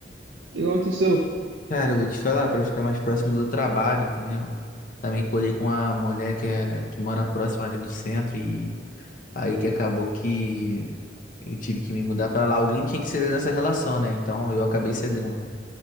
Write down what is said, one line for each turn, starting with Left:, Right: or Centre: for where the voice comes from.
Right: O que aconteceu?
Left: Cara, eu vou te falar, pra ficar mais próximo do trabalho, entendeu? Também colhei com uma mulher que, é, que mora próxima ali do centro e aí que acabou que. Eu tive que me mudar pra lá. Alguém tinha que ceder nessa relação, né? Então eu acabei cedendo.